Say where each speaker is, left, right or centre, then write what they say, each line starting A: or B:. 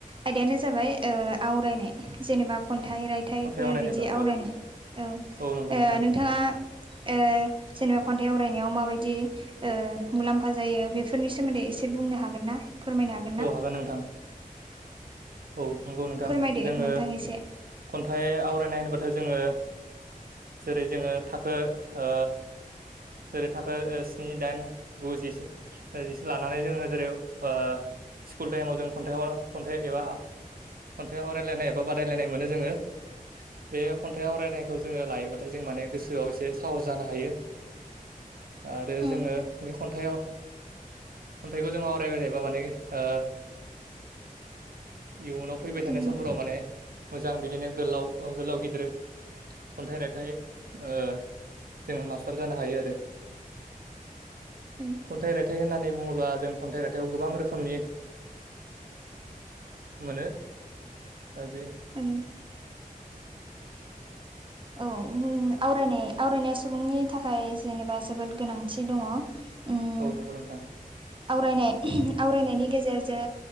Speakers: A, on the right (about 35°); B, on the right (about 85°).
A: आयदायानो जाबाय ओ जाबाय आवरायनाय जेनेबा खन्थाइ राय थाइफोर
B: खन्थाइ आवरायनाय
A: बिदि
B: बागै
A: आवरायनाय।
B: औ
A: औ ओ
B: नंगौ नोंथां
A: नोंथाङा ओ जेनेबा खन्थाइ आवरायनायाव मााबायदि ओ मुलाम्फा जायो बेफोरनि सोमोन्दै एसे बुंनो हागोन ना? फोरमायनो हागोन
B: औ
A: ना?
B: नोंथां औ नंगौ नोंथां
A: फोरमायदो
B: जोङो
A: नोंथां एसे
B: खन्थाइ आवरायनाय होनोबाथ' जोङो जेरै जोङो थाखो ओ जेरै थाखो ओ स्नि दाइन गु जिसे जिसिम लानानै जोङो जेरै ओ स्कुल टाइमाव जों खन्थाइ आव खन्थाइ एबा खन्थाइ आवरायलायनाय एबा बादायलायनाय मोनो जोङो। बे खन्थाइ आवरायनायखौ जोङो लायोबाथाय जों माने गोसोआव एसे साहस जानो हायो। आरो
A: उम
B: जोङो बे खन्थाइआव खन्थाइखौ जों आवरायबाय थायोबा माने ओ इयुनाव फैबाय थानाय
A: उम
B: समफोराव माने मोजां बिदिनो गोलाव ओ गोलाव गिदिर खन्थाइ रायथाइ ओ जोङो मास्टार जानो हायो आरो।
A: उम।
B: खन्थाइ राइथाय होननानै बुङोब्ला जों खन्थाइ रायथाइयाव गोबां रो खोमनि मोनो बे
A: ओम। औ उम आवरायनाय आवरायनाया सुबुंनि थाखाय जेनेबा जोबोद गोनांथि दङ। ओम।
B: औ नंगौ नोंथां।
A: आवरायनाय आवरायनायनि गेजेरजों